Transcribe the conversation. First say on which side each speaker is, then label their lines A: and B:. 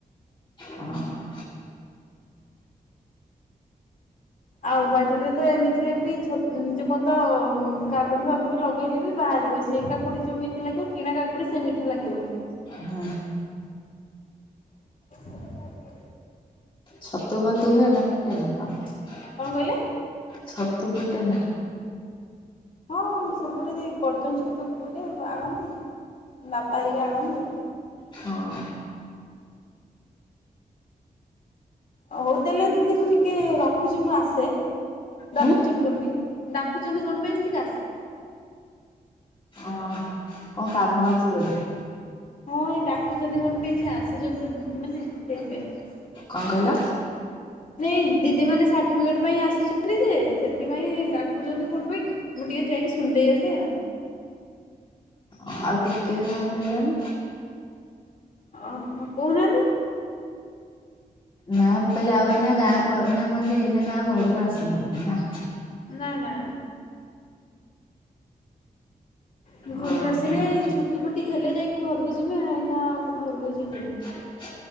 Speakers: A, on the left (about 30°); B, on the left (about 60°).
A: ହଁ
B: ଆଉ ବାଡିରେ ତ ଏମିତିରେ ବି ଛତ ଯୋଉ କଣ ତ କାକୁଡି ଫାକୁଡି ଲଗେଇଲେ ବି ବାହାରିବ ସିଏ। ସେଇ କାକୁଡି ଯୋଉ ମିଠା ଲାଗିବ କିଣା କାକୁଡି ସେ ମିଠା ଲାଗିବନି।
A: ହଁ।
B: <inaudible>
A: ଛତୁ ଫତୁ ହୁଏ ନା ଫୁଟେନା <unintelligible>
B: କଣ କହିଲେ?
A: ଛତୁ ଫୁଟେ ନା
B: ହଁ ସେପଟେ ଗର୍ଜନ ଛତୁ ଫୁଟେ ଆଣନ୍ତି ବାପା ହେରିକା ଆଣନ୍ତି।
A: ହଁ।
B: ହଉ ତାହେଲେ ଦିଦି ମୁଁ ଟିକେ ରଖୁଛି ମୁଁ ଆସେ। ଡାକୁଚନ୍ତି
A: ହୁଁ।
B: କଣ ପାଇଁ ଡାକୁଚନ୍ତି କଣ ପାଇଁ ମୁଁ ଟିକେ ଆସେ।
A: ଅଁ ହୋ କଣ କାମ ଅଛି ବୋଧେ।
B: ହଁ ଏଇ ଡାକୁଛନ୍ତି କଣ ପାଇଁ ଯେ ଆସିଛନ୍ତି ତ ଦିଦି ମାନେ ସେଇଥିପାଇଁ।
A: କଣ କହିଲ?
B: ନାଇଁ ଦିଦି ମାନେ ସାର୍ଟିଫିକେଟ ପାଇଁ ଆସିଛନ୍ତି ଯେ, ସେଥିପାଇଁ ଡାକୁଛନ୍ତି କଣ ପାଇଁ। ମୁଁ ଟିକେ ଯାଇକି ଶୁଣିଦେଇ ଆସେ।
A: ହଁ ଆଉ ଟିକେ ସମୟ ଦେଲନି।
B: ଅ ହୋ କହୁନାହାନ୍ତି।
A: ନାଁ ମୁଁ କହିଲି ଆଉ ଏଇନା ଗାଁକୁ <unintelligible> <unintelligible> ଏଇନେ କେ ଆଉ ଘରୁକୁ ଆସିବେନି।
B: ନା, ନା। ମୁଁ ଘରକୁ
A: ଓହୋ।
B: ଆସିନି ଏଇ ଛୁଟି ଫୁଟି ହେଲେ ଯାଇକି ଘରକୁ ଯିମି ଏଇନା ଆଉ ଘରକୁ ଯିବିନି।
A: <inaudible>